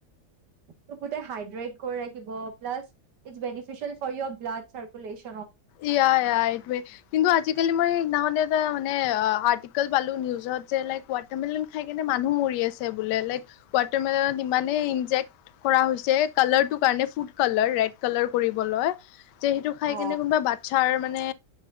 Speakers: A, on the right; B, on the left.
A: তোক গোটেই হাইড্ৰেট কৰি ৰাখিব plus it's beneficial for your blood circulation
B: yeah, ইয়া, এইটোয়ে কিন্তু আজিকালি মই সেইদিনাখনে এটা মানে আৰ্টিকেল পালো নিউজত যে লাইক ৱাটাৰ মেলন খাই কিনে মানুহ মৰি আছে বোলে লাইক ৱাটাৰমেলনত ইমানেই ইনজেক্ট কৰা হৈছে কালাৰটো কাৰণে ফুড কালাৰ ৰেড কালাৰ কৰিবলৈ। যে সেইটো খাই
A: অ
B: কেনে কোনোবা তাৰ মানে